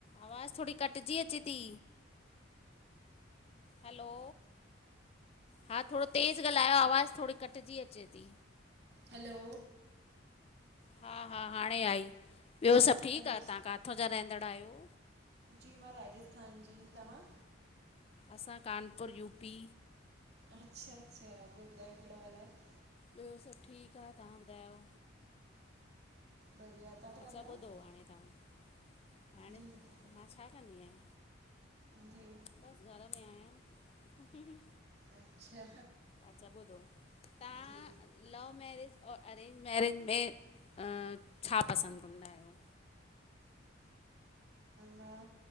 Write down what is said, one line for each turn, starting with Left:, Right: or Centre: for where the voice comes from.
Left: आवाज़ थोडी कटजी अचे थी। हलो हा थोड़ो तेज़ ॻाल्हायो आवाज़ थोडी कटिजी अचे थी।
Right: हैलो
Left: हा हा हाणे आई ॿियो सभु ठीकु
Right: हैलो
Left: आहे? तव्हां किथां जा रहंदड़ु आहियो?
Right: जी मां राजस्थान जी। तव्हां?
Left: असां कानपुर यूपी।
Right: अच्छा -अच्छा ॿियो ॿुधायो कहिड़ो हालु आहे?
Left: ॿियो सभु ठीकु आहे तव्हां ॿुधायो?
Right: बढ़िया तव्हां छा
Left: अच्छा
Right: कंदा
Left: ॿुधो
Right: आहियो
Left: हाणे तव्हां हाणे
Right: जी
Left: मां छा कंदी आहियां?
Right: जी
Left: बस घर में आहियां।
Right: अच्छा
Left: अच्छा ॿधो तव्हां?
Right: जी
Left: लव मैरिज और अरेंज मैरिज में छा पसंदि कंदा आहिययो?
Right: मां